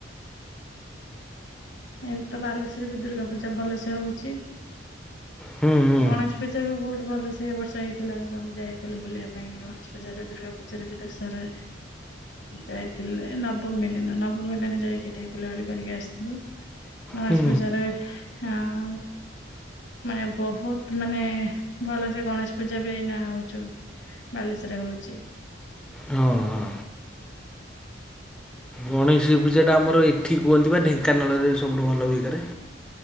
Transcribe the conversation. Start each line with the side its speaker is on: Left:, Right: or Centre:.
Left: ଏବେ ତ ବାଲେଶ୍ଵରରେ ବି ଦୁର୍ଗାପୂଜା ଭଲସେ ହଉଛି।
Centre: ହୁଁ ହୁଁ
Left: ଗଣେଶ ପୂଜା ବି ବହୁତ ଭଲ ସେ ବର୍ଷ ହେଇଥିଲା। ଆମେ ଯାଇଥିଲୁ ବୁଲିବା ପାଇଁ। ଗଣେଶ ପୂଜାରେ ଦୁର୍ଗା ପୂଜାରେ ବି ଦଶହରା ଯାଇଥିଲେ ନବମୀ ଦିନ ନବମୀ ଦିନ ଯାଇକି ଟିକେ ବୁଲା ବୁଲି କରିକି ଆସିଥିଲୁ। ଗଣେଶ
Centre: ହୁଁ
Left: ପୂଜାରେ ହଁ। ମାନେ ବହୁତ ମାନେ ଭଲସେ ଗଣେଶ ପୂଜା ବି ନା ହଉଛୁ। ବାଲେଶ୍ୱରେ ହଉଛି।
Centre: ହଁ ହଁ। ଗଣେଶ ପୂଜାଟା ଆମର ଏଠି କୁହନ୍ତି ବା ଢେଙ୍କାନାଳରେ ସବୁଠୁ ଭଲ ହୋଇକାରେ।